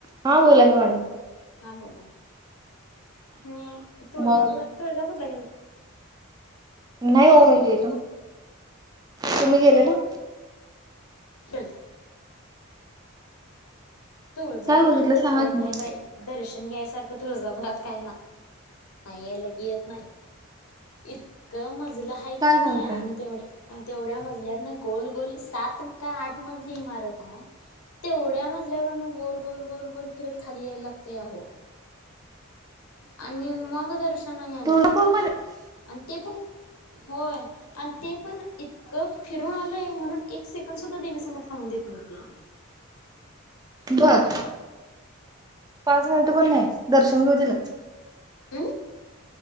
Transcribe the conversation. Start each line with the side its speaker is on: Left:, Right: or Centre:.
Right: हा, बोला की मॅडम.
Left: हा बोला, हम्म. तुळजापुर
Right: मग
Left: तुळजापूरला गेल
Right: नाही हो मी गेलो. तुम्ही गेलेला?
Left: नाही का गेलतो. तुळजापुरात
Right: काय बघितलं
Left: तर
Right: सांगा
Left: लई
Right: की
Left: नाही
Right: मग
Left: बाई दर शन घ्यायसारखं तुळजाभरात काय नाही. नाही ये लगी येत नाय. इतकं म जलं आहेत
Right: काय
Left: की
Right: सांगताय
Left: नाही आणि तेवढं तेवढ्या मजल्यातन गोल गोल सात काय आठ मजली इमारत आहे तेवढ्या मजल्यावरन गोल गोल गोल गोल फिरत खाली यायला लागते आहो आणि मग दर शन घायला
Right: तुळजापूर
Left: लागतं.
Right: मध्ये
Left: आणि ते पण होय आणि ते पण इतकं फिरून आलय म्हणून एक सेकंड सुद्धा देवीसमोर थांबून देत नव्हते.
Right: बर. पाच मिनिटं पण नाही दर्शन घेऊ दिेलं.
Left: आं